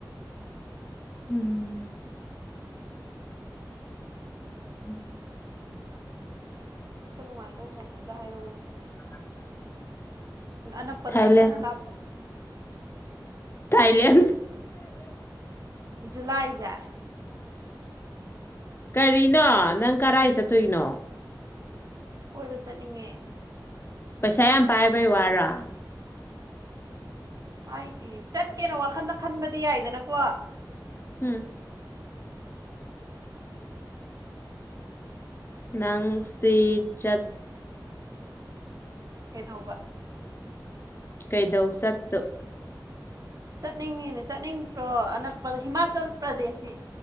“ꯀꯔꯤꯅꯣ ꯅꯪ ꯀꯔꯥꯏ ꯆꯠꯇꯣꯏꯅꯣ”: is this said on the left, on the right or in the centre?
Left